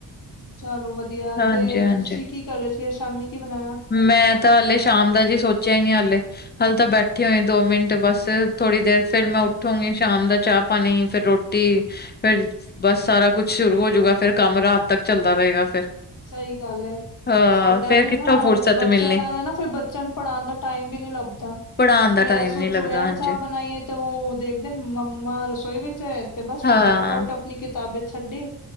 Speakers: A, on the left (about 50°); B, on the left (about 25°).
A: ਚਲੋ ਵਧੀਆ
B: ਹਾਂਜੀ,
A: ਤੇ
B: ਹਾਂਜੀ।
A: ਤੁਸੀਂ ਕੀ ਕਰ ਰਹੇ ਸੀ ਅੱਜ ਸ਼ਾਮੀ ਕੀ ਬਣਾਇਆ
B: ਮੈਂ ਤਾਂ ਹਾਲੇ ਸ਼ਾਮ ਦਾ ਜੀ ਸੋਚਿਆ ਹੀ ਨਹੀਂੀ ਹਾਲੇ ਹੱਲ ਤਾਂ ਬੈਠੇ ਹੋਏ ਦੋ ਮਿੰਟ ਬਸ ਥੋੜ੍ਹੀ ਦੇਰ ਫੇਿਰ ਮੈਂ ਉੱਠੋਂਗੀ ਸ਼ਾਮ ਦਾ ਚਾਹ ਪਾਣੀ ਫਿਰ ਰੋਟੀ ਫਿਰ ਬਸ ਸਾਰਾ ਕੁੱਛ ਸ਼ੁਰੂ ਹੋਜੂਗਾ ਫੇਰ ਕੰਮ ਰਾਤ ਤੱਕ ਚੱਲਦਾ ਰਹੇਗਾ ਫੇਰ
A: ਸਹੀ ਗੱਲ ਏ
B: ਹਾਂ
A: ਸਾਡਾ
B: ਫੇਰ
A: ਵੀ
B: ਕਿੱਥੋਂ
A: ਨਾ
B: ਫੁਰਸਤ
A: ਬੱਚਿਆਂ
B: ਮਿਲਣੀ
A: ਨਾਲ ਨਾ ਫਿਰ ਬੱਚਿਆਂ ਨੂੰ ਪੜ੍ਹਾਉਣ ਦਾ ਟਾਈਮ ਵੀ ਨੀ ਲੱਭਦਾ
B: ਪੜ੍ਹਾਣ ਦਾ
A: ਫ
B: ਟਾਈਮ
A: ਸੋਚੂ
B: ਨੀ ਲੱਗਦਾ
A: ਐ
B: ਹਾਂਜੀ
A: ਚਾਹ ਬਣਾਈਏ ਤਾਂ ਉਹ ਦੇਖਦੇ ਮੰਮਾ ਰਸੋਈ ਵਿੱਚੇਚ ਹੈ ਤੇ ਬਸ
B: ਹਾਂ।
A: ਫਟਾਫਟ ਆਪਣੀ ਕਿਤਾਬੇ ਛੱਡੀ